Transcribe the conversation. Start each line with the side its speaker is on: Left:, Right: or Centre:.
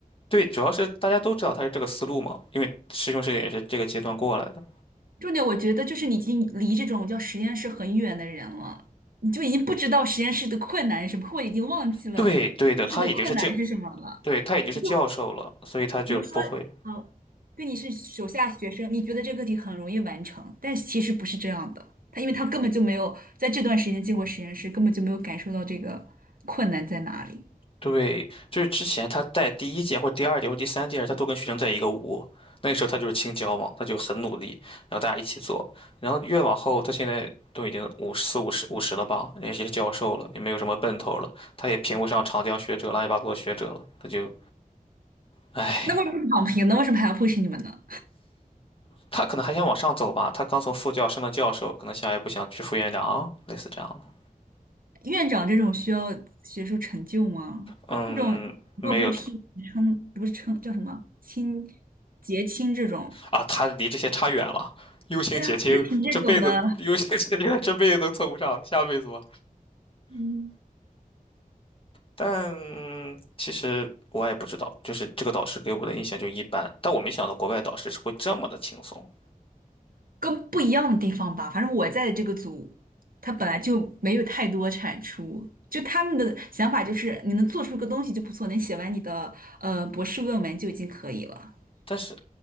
Left: 对，主要是大家都知道他是这个思路嘛，因为师兄师姐也是这个阶段过来的。
Right: 重点我觉得就是你已经离这种叫实验室很远的人了，你就已经不知道实验室的困难是什么，或者已经忘记了实验室的困难是什么了。
Left: 对对的，他已经是教对，他已经是教授了，
Right: 就
Left: 所以他就不会。
Right: 比如说，呃，对你是手下学生，你觉得这个题很容易完成，但其实不是这样的。他因为他根本就没有在这段时间进过实验室，根本就没有感受到这个困难在哪里。
Left: 对，就是之前他带第一届或者第二届或者第三届时，他都跟学生在一个屋。那个时候他就是青椒嘛，他就很努力，然后大家一起做。然后越往后，他现在都已经五十四五十五十了吧，也是教授了，也没有什么奔头了，他也评不上长江学者、乱七八糟的学者了，他就，唉，
Right: 那为什么躺平呢？为什么还要 push 你们呢？
Left: 他可能还想往上走吧，他刚从副教升到教授，可能下一步想去副院长，类似这样的。
Right: 院长这种需要学术成就吗？
Left: 嗯，
Right: 这种如果不是拼称，
Left: 没有，
Right: 不是称叫什么亲结亲这种，
Left: 啊，他离这些差远了。用心结晶这辈子用心结晶，
Right: 对啊，不是凭这种的，
Left: 这辈子都凑不上，下辈子吧。
Right: 嗯，
Left: 但其实我也不知道，就是这个导师给我的印象就一般。但我没想到国外导师是会这么的轻松。
Right: 跟不一样的地方吧。反正我在的这个组，他本来就没有太多产出，就他们的想法就是你能做出个东西就不错，能写完你的呃博士论文就已经可以了。
Left: 但是